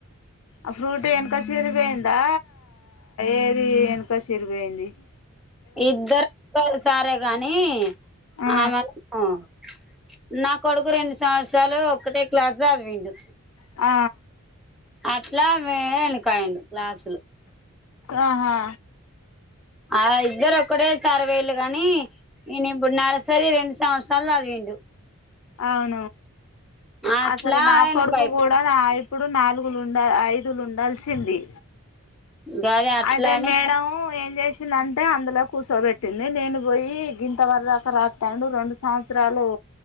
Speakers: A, on the left; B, in the centre.
A: ఆ ఫ్రూటు ఎనక సిరి బొయిందా ఏదీ ఎనక సిరి బొయింది <inaudible>
B: ఇద్దరు <inaudible> క్సారే గానీ
A: ఆ
B: ఆమె అన్ నా కొడుకు రెండు సంవత్సరాలు ఒక్కటే క్లాస్ సదివిండు
A: ఆ
B: అట్లా వే ఎనుకయిండు క్లాసులు
A: ఆహా
B: ఆ ఇద్దరు ఒకటే సారి వోయిల్లు గానీ ఇయన ఇప్పుడు నర్సరి రెండు సంవత్సరాలు సదివిండు
A: అవున్
B: అట్లా
A: అసలు నా
B: వెనక
A: కొడుకు
B: అయిపోయిండు
A: గూడా నా ఇప్పుడు నాలుగు లుండ ఐదుల ఉండాల్సింది
B: గదే అట్లా
A: అయితే
B: అని
A: మే డం ఏం జేసిందంటే అందులో కూసోబెట్టింది నేను బొయ్యి గింత వరదాకా రాత్తాండు రొండ్ సంవత్సరాలూ